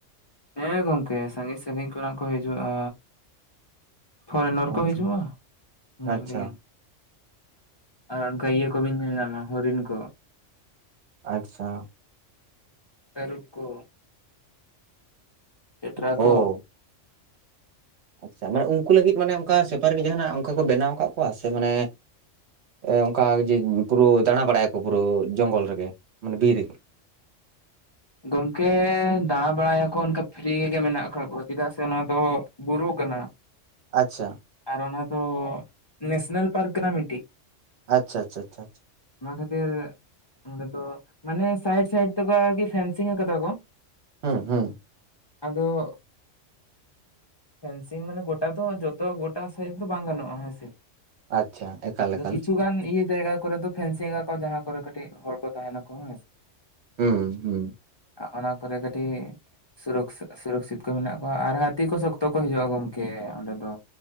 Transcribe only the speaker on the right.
ᱟᱪᱪᱷᱟ
ᱟᱪᱪᱷᱟ
ᱟᱪᱪᱷᱟ
ᱳ
ᱟᱪᱪᱷᱟ ᱢᱟᱱᱮ ᱩᱱᱠᱩ ᱞᱟᱹᱜᱤᱫ ᱢᱟᱱᱮ ᱚᱱᱠᱟ ᱥᱮᱯᱟᱨᱤ ᱡᱟᱦᱟᱸ ᱱᱟᱜ ᱚᱱᱠᱟ ᱠᱚ ᱵᱮᱱᱟᱣ ᱠᱚᱣᱟ ᱥᱮ ᱢᱟᱱᱮ ᱮ ᱚᱱᱠᱟ ᱡᱮ ᱯᱩᱨᱟᱹ ᱫᱟᱬᱟ ᱵᱟᱲᱟᱭ ᱟᱠᱚ ᱯᱩᱨᱟᱹ ᱡᱚᱝᱜᱚᱞ ᱨᱮᱜᱮ ᱢᱟᱱᱮ ᱵᱤᱨ ᱨᱮᱜᱮ᱾
ᱟᱪᱪᱷᱟ,
ᱟᱪᱪᱷᱟ ᱟᱪᱪᱷᱟ ᱟᱪᱪᱷᱟ,
ᱦᱩᱸ ᱦᱩᱸ
ᱟᱪᱪᱷᱟ ᱮᱠᱟᱞ
ᱮᱠᱟᱞ
ᱦᱩᱸ ᱦᱩᱸ